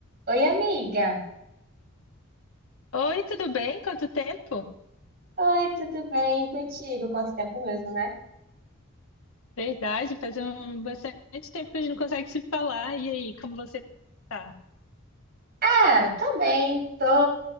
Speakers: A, on the right (about 50°); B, on the left (about 75°).
A: Oi, amiga.
B: Oi, tudo bem? Quanto tempo?
A: Oi, tudo bem? E contigo? Quanto tempo mesmo, né?
B: Verdade, faz um bastante tempo que a gente não consegue se falar. E aí, como você tá?
A: Ah, tá bem. Tô,